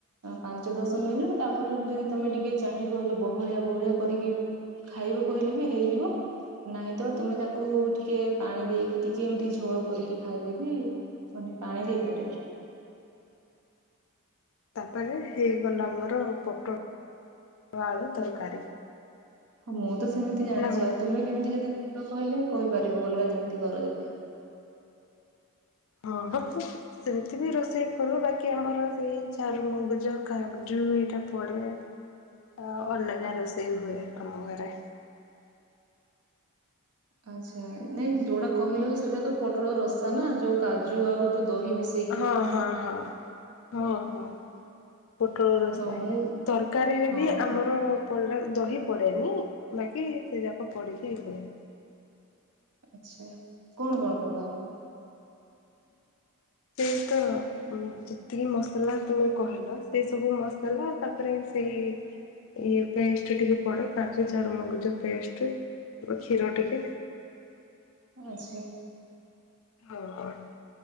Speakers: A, on the right (about 80°); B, on the left (about 60°).
A: ଆଁ ପାଞ୍ଚ ଦଶ ମିନିଟ ତାପଲି ହେଟୁ ଯଦି ତମେ ଟିକେ ଚାହିଁବ ବହଳିଆ ବହଳିଆ କରିକି ଖାଇବ କହିଲେ ବି ହେଇଯିବ। ନାଇ ତ ତୁମେ ତାକୁ ଟିକେ ପାଣି ଦେଇକି ଟିକେ ଏମିତି ଝୋଳ କରିକି ଖାଇଲେବି ତମେ ଟିକେ ପାଣି ଦେଇପାରେ।
B: ତାପରେ ହେଇଗଲା ଆମର ପୋଟଳ ଆଳୁ ତରକାରୀ।
A: ହଁ ମୁଁ ତ ସେମିତି ଜାଣିଚି
B: ନା କଣ?
A: ଆଉ ତୁମେ କେମିତି ଯଦି କଣ କହିଲେ କହିପାରିବ ଅଲଗା କେମିତି କରାଯାଏ।
B: ହଁ <unintelligible> ସେମିତି ବି ରୋଷେଇ କରଲୁ ବାକି ଆମର ସେଇ ଚାରୁମୁଗୁଜ କାଗଜୁ ଏଇଟା ପଡ଼େ। ଆ ଅଲଗା ରୋଷେଇ ହୁଏ ଆମ ଘରେ।
A: ଆଛା ନାଇଁ ଯୋଉଟା କହିଲ ସେଇଟା ତ ପୋଟଳ ରସ ତ ନା ଯୋଉ କାଜୁ ଆଉ ଯୋଉ ଦହି ମିଶା।
B: ହଁ ହଁ ହଁ ହଁ ହଁ। ପୋଟଳ ରସା
A: ହଁ ମୁଁ
B: ତରକାରୀରେ
A: ହଁ
B: ବି ଆମର ପଡଲା ଦହି ପଡେନି ବାକି ସେ ଯାକ ପଡିକି ହୁଏ।
A: ଆଛା କଣ କଣ ପକାଅ?
B: ସେଇ ତ ଯେତିକି ମସଲା ତୁମେ କହିଲ ସେ ସବୁ ମସଲା ତାପରେ ସେଇ ଇଏ ପେଷ୍ଟ ଟିକେ ପଡେ କାଜୁ ଚାରୁମଗଜ ପେଷ୍ଟ ତାପରେ କ୍ଷୀର ଟିକେ
A: ଆଛି।
B: ଓହୋ।